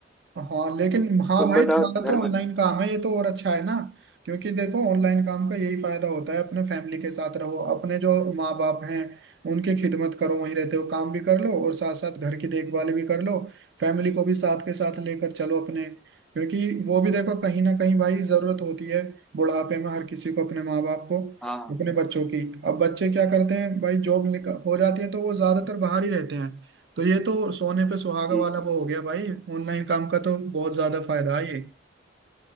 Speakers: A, on the right (about 60°); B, in the centre.
A: हाँ लेकिन हाँ
B: तुम
A: भाई
B: बताओ
A: तुम्हारा
B: घर
A: तो ऑनलाइन
B: में
A: काम है ये तो और अच्छा है ना क्योंकि देखो ऑनलाइन काम का यही फायदा होता है अपने फैमिली के साथ रहो अपने जो माँ बाप हैं उनकी खिदमत करो वहीं रहते हो काम भी कर लो और साथ साथ घर की देखभाल भी कर लो फैमिली को भी साथ के साथ लेकर चलो अपने क्योंकि वो भी देखो कहीं ना कहीं भाई जरूरत होती है बुढ़ापे में हर किसी को अपने माँ बाप को
B: हाँ
A: अपने बच्चों की अब बच्चे क्या करते हैं भाई जॉब निकल हो जाती है तो वो ज्यादातर बाहर ही रहते हैं तो ये तो सोने पे सुहागा
B: जी
A: वाला
B: जी
A: वो हो
B: जी
A: गया भाई ऑनलाइन काम का तो बहुत ज्यादा फायदा है ये